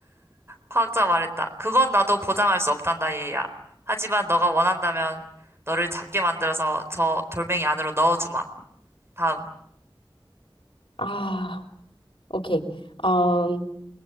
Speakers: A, on the right; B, on the left.
A: 과학자가 말했다. 그건 나도 보장할 수 없단다, 얘야. 하지만 너가 원한다면 너를 작게 만들어서 저 돌멩이 안으로 넣어주마. 다음.
B: 아, 오케이. 음,